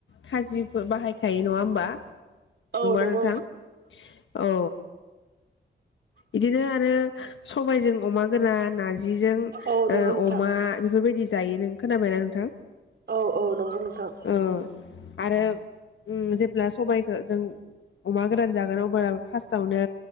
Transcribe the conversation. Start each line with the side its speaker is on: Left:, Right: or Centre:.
Left: खाजिफोर बाहाय थायो नङा होमबा नंगौ
Right: औ नंगौ
Left: ना नोंथां औ बिदिनो आरो सबायाइजों अमा गोरा ना जिजों
Right: औ नंगौ
Left: ओ
Right: नोंथां
Left: अमा बेफोरबायदि। जायो नों खोनाबायना नोंथां।
Right: औ औ नंगौ नोंथां।
Left: औ आरो उम जेब्ला सबायखो जों अमा गोरान जागोन अब्ला फार्स्टआवनो